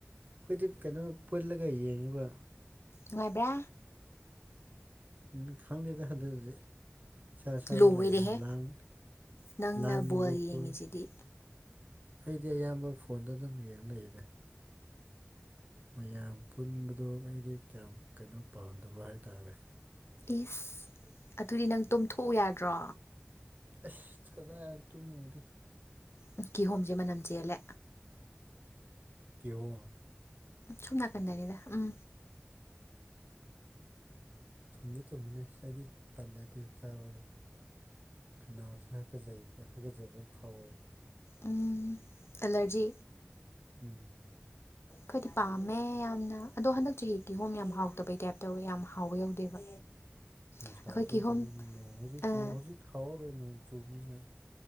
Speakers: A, on the right; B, on the left.
A: ꯑꯩꯗꯤ ꯀꯩꯅꯣ ꯄꯨꯜꯂꯒꯥ ꯌꯦꯡꯉꯤꯕ
B: ꯅꯨꯡꯉꯥꯏꯕ꯭ꯔꯥ
A: ꯎꯝ ꯈꯪꯗꯦꯗ ꯑꯗꯨꯗꯤ ꯏꯁꯥ ꯏꯁꯥꯗ
B: ꯂꯣꯏꯔꯦꯍꯦ
A: ꯂꯩꯥꯔꯦ ꯂꯥꯡ
B: ꯅꯪꯅ
A: ꯂꯪꯅꯤꯡꯕ
B: ꯕꯣꯜ
A: ꯈꯨ
B: ꯌꯦꯡꯉꯤꯁꯤꯗꯤ
A: ꯑꯩꯗꯤ ꯑꯌꯥꯝꯕ ꯐꯣꯟꯗ ꯑꯗꯨꯝ ꯌꯦꯡ ꯂꯩꯔꯦ ꯃꯌꯥꯝ ꯄꯨꯟꯕꯗꯣ ꯑꯩꯗꯤ ꯀꯌꯥꯝ ꯀꯩꯅꯣ ꯄꯥꯝꯗꯕ ꯍꯥꯏꯇꯥꯔꯦ
B: ꯏꯁ ꯑꯗꯨꯗꯤ ꯅꯪ ꯇꯣꯝꯊꯣꯛꯎ ꯌꯥꯗ꯭ꯔꯣ
A: ꯑꯁ ꯀꯗꯥꯏ ꯇꯨꯝꯃꯣꯏꯗ
B: ꯎꯝ ꯀꯤꯍꯣꯝꯖꯦ ꯃꯅꯝ ꯆꯦꯜꯂꯦ
A: ꯀꯤꯍꯣꯝ
B: ꯁꯣꯝ ꯅꯥꯀꯟꯗꯅꯤꯗ ꯎꯝ
A: ꯊꯨꯝꯗꯤ ꯊꯨꯝꯕꯅꯤ ꯑꯩꯗꯤ ꯇꯜꯂꯦꯗꯤ ꯆꯥꯕꯗ ꯈꯅꯥꯎ ꯁꯤ ꯍꯥꯀꯥꯖꯩ ꯍꯥꯒꯠꯖꯕ ꯐꯥꯎꯋꯦ
B: ꯎꯝ ꯑꯦꯂꯔꯖꯤ
A: ꯎꯝ
B: ꯈꯣꯏꯗꯤ ꯄꯥꯝꯃꯦ ꯌꯥꯝꯅ ꯑꯗꯣ ꯍꯟꯗꯛ ꯆꯍꯤ ꯀꯤꯍꯣꯝ ꯌꯥꯝ ꯍꯥꯎꯇꯕꯩ ꯇꯥꯏꯞ ꯇꯧꯋꯦ ꯌꯥꯝ ꯍꯥꯎꯕ ꯌꯧꯗꯦꯕ
A: ꯅꯨꯡꯁꯥ
B: ꯑꯩꯈꯣꯏ
A: ꯊꯣꯛꯇꯥꯕꯩꯅꯤ
B: ꯀꯤꯍꯣꯝ
A: ꯅꯣꯡ ꯍꯧꯖꯤꯛ
B: ꯑꯥ
A: ꯅꯣꯡ ꯍꯧꯖꯤꯛ ꯍꯥꯎꯔꯣꯏ ꯅꯣꯡ ꯆꯨꯕꯅꯤꯅ